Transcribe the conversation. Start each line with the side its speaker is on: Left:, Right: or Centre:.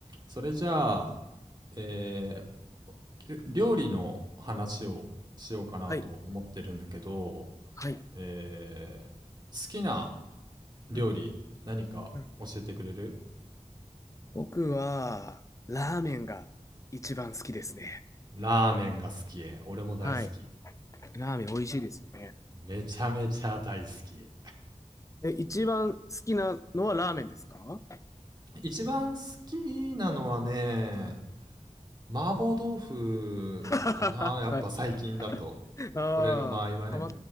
Right: それじゃあ、えー料理の話をしようかなと思ってるんだけど、
Left: はい、はい。
Right: えー好きな料理何か教えてくれる
Left: うんうん、僕は、ラーメンが一番好きですね。
Right: ラーメンが好き。俺も大好き。
Left: はい。ラーメン美味しいですよね。
Right: めちゃめちゃ大好き。
Left: え、一番好きなのはラーメンですか
Right: 一番好きなのはね、麻婆豆腐かな。
Left: <laughs>
Right: やっぱ最近だと。
Left: はい。<laughs> あ
Right: 俺の場合はね。
Left: あ、はま、